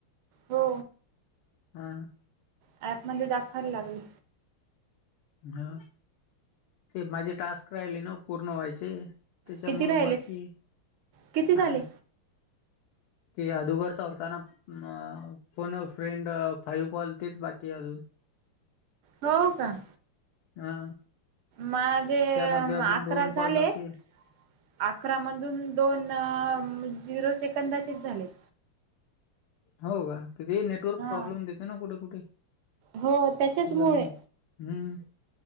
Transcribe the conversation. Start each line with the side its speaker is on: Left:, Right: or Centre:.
Right: हो
Left: हा
Right: ॲप मध्ये दाखवायला लागले.
Left: हा ते माझे टास्क राहिले ना पूर्ण व्हायचे त्याच्यामुळ
Right: किती राहिले
Left: बाकी
Right: किती झाले?
Left: आ ते आदुगर चा होता ना अ फोन फ्रेंड फाईव्ह कॉल तेच बाकी अजून
Right: हो का -
Left: हा
Right: माझे
Left: त्यामधले अजून
Right: अकरा
Left: दोन
Right: झालेत.
Left: कॉल बाकी
Right: अकरा मधून दोन झिरो सेकंदाचे झालेत.
Left: हो का, इथंही नेटवर्क
Right: हा
Left: प्रॉब्लेम देते ना कुठे-कुठे,
Right: हो त्याच्याचमुळे
Left: त्याच्यामुळे हम्म